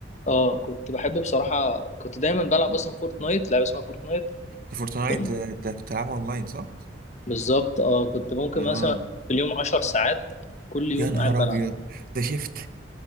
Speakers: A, on the left (about 40°); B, on the right (about 50°).
A: اه كنت بحب بصراحة كنت دايما بلعب اصلا فورتنايت لعبة اسمها فورتنايت
B: ده فورتنايت
A: كنت
B: ده, ده كنت بتلعبها أونلاين صح؟
A: بالظبط اه كنت ممكن
B: اه
A: مثلا في اليوم عشر ساعات كل يوم
B: يا نهار
A: قاعد بلعب
B: أبيض ده شفت